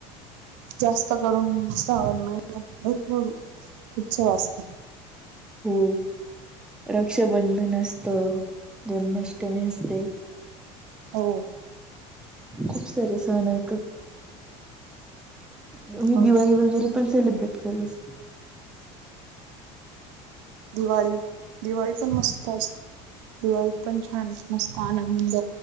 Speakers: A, on the right; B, in the centre.
A: जास्त करून श्रावण महिण्यात भरपूर उत्सव असता
B: हो रक्षाबंधन असत जन्माष्टमी असते
A: हो
B: खूप सारे सण आहेतं तुम्ही
A: हो
B: दिवाळी
A: ना
B: वगैरे पण सेलिब्रेट केलीस
A: दिवाळी दिवाळी पण मस्त असते दिवाळीत पण छान मस्त आनंद